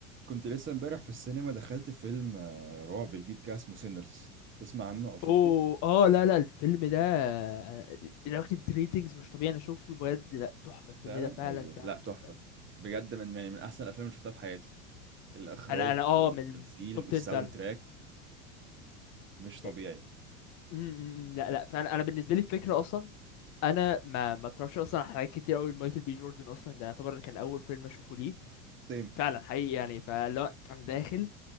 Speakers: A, on the right; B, on the left.
A: كنت لسه امبارح في السينما دخلت فيلم آه، رعب جديد كده اسمه سينرز تسمع عنه او شفته
B: اوه اه لا لا الفيلم ده آه، واخد ريتنجز مش طبيعي انا شفته بجد لا تحفه الفيلم
A: فعلا
B: ده فعلا
A: ايوه
B: فعلا
A: لا تحفه
B: تحفه
A: بجد من يعني من احسن الافلام اللي شفتها في حياتي الاخراج
B: انا انا اه
A: وال- والتمثيل
B: من توب
A: والساوند
B: 10 فعلا
A: تراك مش طبيعي
B: يعني م- م- م، لا لا فعلا انا بالنسبه لي الفكره اصلا انا ما ما اتفرجش اصلا على حاجات كتير قوي مايكل بي جوردن اصلا ده يعتبر كان اول فيلم اشوفه ليه
A: سيم
B: فعلا حقيقي يعني فلا انا داخل